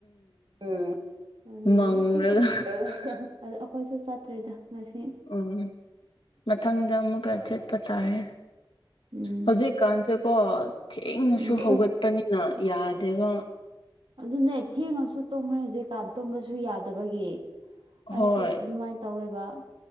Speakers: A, on the right; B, on the left.
A: ꯎꯝ ꯑꯗꯨꯒꯤ
B: ꯃꯪꯔꯒ
A: ꯑꯩꯈꯣꯏꯁꯨ ꯑꯩꯈꯣꯏꯁꯨ ꯆꯠꯇ꯭ꯔꯤꯗ ꯉꯁꯤ
B: ꯎ ꯃꯊꯪꯗ ꯑꯃꯨꯛꯀ ꯆꯠꯄ ꯇꯥꯔꯦ
A: ꯎꯝ
B: ꯍꯧꯖꯤꯛꯀꯥꯟꯁꯦ ꯀꯣ ꯊꯦꯡꯅꯁꯨ
A: ꯎꯝ
B: ꯍꯧꯒꯠꯄꯅꯤꯅ ꯌꯥꯗꯦꯕ
A: ꯑꯗꯨꯅꯦ ꯊꯦꯡꯉꯁꯨ ꯇꯧꯃꯦ ꯍꯧꯖꯤꯛ ꯀꯥꯟ ꯇꯨꯝꯕꯁꯨ ꯌꯥꯗꯕꯒꯤ ꯑꯩꯁꯨ
B: ꯍꯣꯏ
A: ꯑꯗꯨꯃꯥꯏꯅ ꯇꯧꯋꯦꯕ